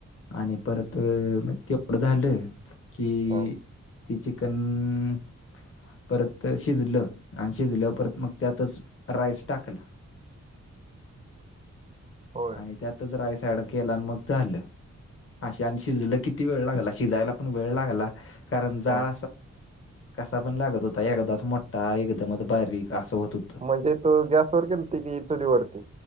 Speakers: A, on the left; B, on the right.
A: आणि परत, मग तेवढं झालं की
B: हा
A: ती चिकन, परत शिजलं आणि शिजल्यावर परत
B: हा,
A: मग त्यातच, राईस टाकला.
B: होय
A: आणि त्यातच रायस ऍड केला, आणि मग झालं. अश्या आणि शिजल किती वेळ लागला, शिजायला पण वेळ लागला, कारण जाळ
B: हा
A: कसा पण लागत होता, एकदाच मोठा, एकदमच बारीक, असं होत हो
B: म्हणजे तो गॅसवर केलत, कि चोलीवरती?